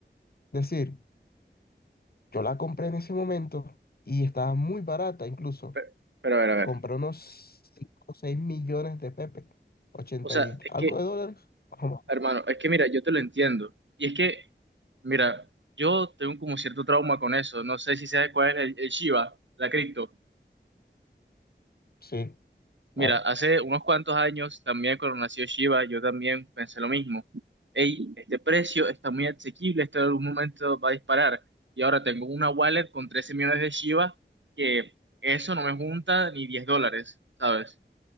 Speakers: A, on the left (about 55°); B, on the right (about 80°).
A: Es decir, yo la compré en ese momento y estaba muy barata incluso.
B: Pero, pero a ver, a ver.
A: compré unos 5 o 6 millones de Pepe, 80
B: O sea,
A: y
B: es
A: algo
B: que,
A: de dólares. Ajá,
B: hermano, es que mira, yo te lo entiendo. Y es que, mira, yo tengo como cierto trauma con eso. No sé si sabes cuál es el, el Shiba, la cripto.
A: Sí,
B: Mira,
A: claro.
B: hace unos cuantos años también cuando nació Shiba, yo también pensé lo mismo. Ey, este precio está muy asequible, esto en algún momento va a disparar. Y ahora tengo una wallet con 13 millones de Shiba que eso no me junta ni 10 dólares, ¿sabes?